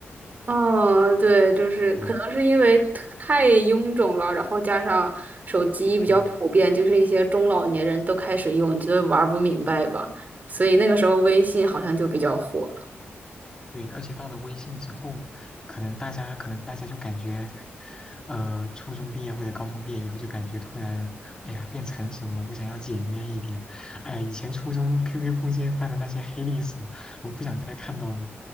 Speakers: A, on the right; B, on the left.
A: 嗯，对，就是可能是因为太臃肿了，
B: 对，
A: 然后加上手机比较普遍，
B: 嗯、
A: 就是一些中老年人都开始用，觉得玩不明白吧，所以那个时候微信好像就比较火。了。
B: 对，而且到了微信之后，可能大家可能大家就感觉，呃，初中毕业或者高中毕业以后，就感觉突然，哎呀，变成熟了，我想要简约一点。哎呀，以前初中 QQ 空间发的那些黑历史，我不想再看到了，